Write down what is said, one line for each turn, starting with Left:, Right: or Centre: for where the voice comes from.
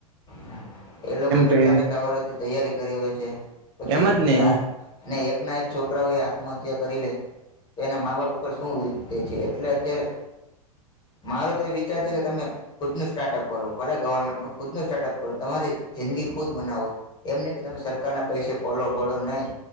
Left: હા. એ લોકો કેટલા
Right: કે
Left: કેટલા વર્ષથી તૈયારી કરી હોય છે, પછી
Right: એમ જ ને
Left: એ આ ને એકના એક છોકરા હોય આત્મહત્યા કરી લે તો એના મા-બાપ ઉપર શું વીતે છે, એટલે અત્યારે મારો વિચાર છે, કે તમે ખુદનું સ્ટાર્ટઅપ કરો ભલે ગવર્મેન્ટ ખુદનું સ્ટાર્ટઅપ કરો તમારી જિંદગી ખુદ બનાવો એમ નહીં કે તમે સરકારના પૈસે પલો ભળો નહીં